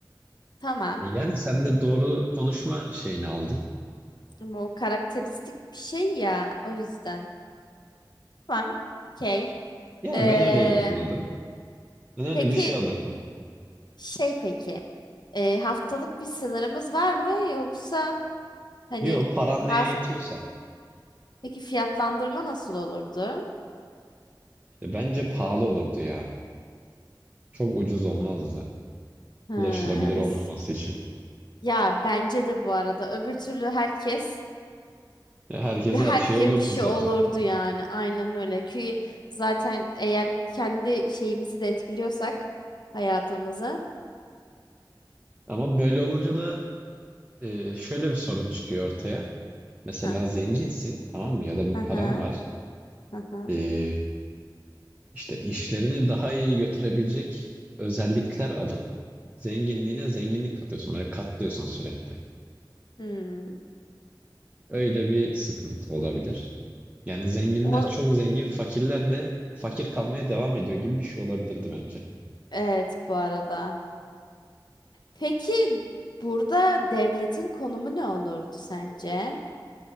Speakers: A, on the left; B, on the right.
A: Tamam.
B: E, yani sen de doğru konuşma şeyini aldın.
A: Ama o karakteristik bir şey ya. O yüzden. Tamam. Okey.
B: Ya
A: Ee,
B: ben öyle yorumladım. Ben öyle
A: peki
B: bir şey alırdım.
A: şey peki. Ee, haftalık bir sınırımız var mı? Yoksa hani
B: Yo paran neye
A: haft
B: yetiyorsa.
A: peki fiyatlandırma nasıl olurdu?
B: İşte bence pahalı olurdu ya. Çok ucuz olmazdı.
A: Ha,
B: Ulaşılabilir
A: mes
B: olmaması için.
A: ya bence de bu arada öbür türlü herkes
B: Ya Herkese
A: Bir herkes
B: her şey olurdu
A: bir şey
B: zaten.
A: olurdu yani. Aynen öyle. Ki zaten eğer kendi şeyimizi de etkiliyorsak hayatımızı.
B: Ama böyle olunca da e, şöyle bir sorun çıkıyor ortaya. Mesela
A: Ha
B: zenginsin tamam mı? Ya da bir
A: ha
B: paran
A: ha
B: var.
A: ha. ha.
B: E, işte işlerini daha iyi götürebilecek özellikler alıp zenginliğine zenginlik katıyorsun. Böyle katlıyorsun sürekli.
A: Hmm.
B: Öyle bir sıkıntı olabilir. Yani zenginler
A: O,
B: çok zengin, fakirler de fakir kalmaya devam ediyor gibi bir şey olabilirdi bence.
A: evet bu arada. Peki burada devletin konumu ne olurdu sence?